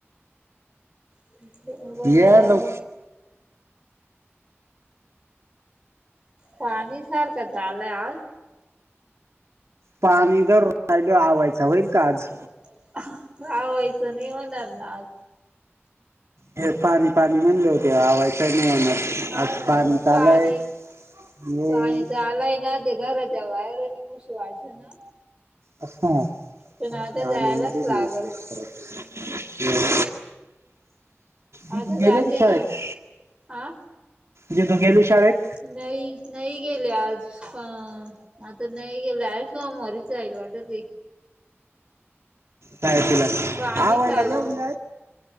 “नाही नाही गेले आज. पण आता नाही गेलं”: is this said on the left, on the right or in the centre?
Right